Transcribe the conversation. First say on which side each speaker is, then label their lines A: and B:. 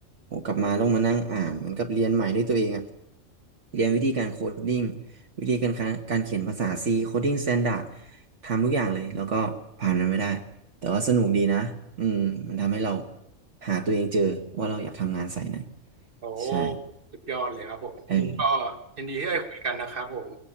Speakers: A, on the right; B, on the right.
A: โ้กลับมาต้องมานั่งอ่านเหมือนกับเรียนใหม่ด้วยตัวเองอ่ะเรียนวิธีการโคดดิ้ง วิธีการคะการเขียนภาษา C Coding Standard ทำทุกอย่างเลย แล้วก็ผ่านมันไม่ได้ แต่ว่าสนุกดีนะอืมมันทำให้เราหาตัวเองเจอว่าเราอยากทำงานสายไหน
B: โอ้
A: ใช่
B: สุดยอดเลยครับผมก็
A: เออ
B: ยินดีที่ได้คุยกันนะครับผม